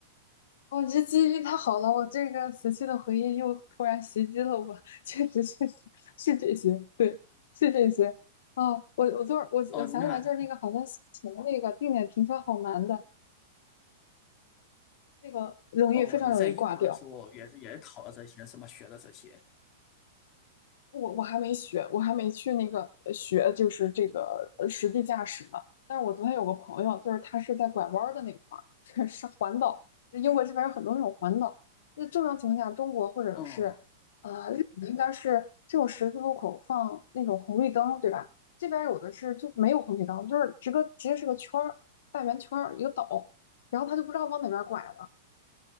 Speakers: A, on the left; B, on the left.
A: 我这记忆力太好了，我这个死去的回忆又突然袭击了我，<laughs> 确实确实是这些，对，是这些。啊，我我昨儿我我想起来，
B: 哦，那
A: 就是那个好像以前那个定点停车好难的，那个容易非常容易挂掉。
B: 哦，你在英国的时候也是也考了这些，什么学的这些？
A: 我我还没学，我还没去那个呃学，就是这个呃实地驾驶呢。但是我昨天有个朋友，就是他是在拐弯儿的那块儿，<laughs> 是环岛，英国这边有很多那种环岛。那正常情况下，中国或者是
B: 哦
A: 啊、呃日本应该是这种十字路口放那种红绿灯，对吧？这边有的是就没有红绿灯，就是直个直接是个圈儿，大圆圈儿一个岛，然后他就不知道往哪边拐了。